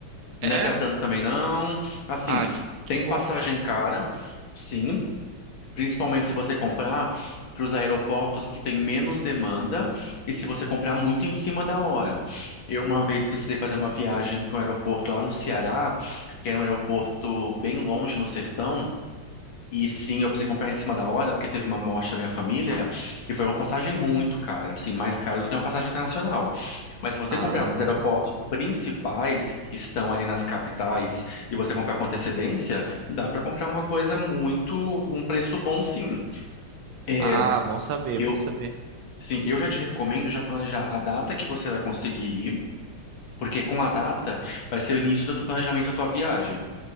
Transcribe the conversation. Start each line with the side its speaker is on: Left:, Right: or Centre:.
Right: é.
Left: Não é pra tanto também não. Assim,
Right: Ah, que, que
Left: tem
Right: bom.
Left: passagem
Right: Ju.
Left: cara, sim. Principalmente se você comprar para os aeroportos que tem menos demanda e se você comprar muito em cima da hora. Eu uma vez precisei fazer uma viagem para um aeroporto lá no Ceará, que era um aeroporto bem longe no sertão. E sim, eu precisei comprar em cima da hora, porque teve uma morte da minha família, e foi uma passagem muito cara, assim, mais cara do que uma passagem internacional. Mas se você
Right: Ah,
Left: comprar para os aeroportos principais, que estão ali nas capitais, e você comprar com antecedência, dá para comprar uma coisa muito, com um preço bom, sim. É,
Right: ah, bom saber,
Left: eu.
Right: bom saber.
Left: Sim, eu já te recomendo já planejar a data que você vai conseguir ir, porque com a data vai ser o início do teu planejamento da tua viagem.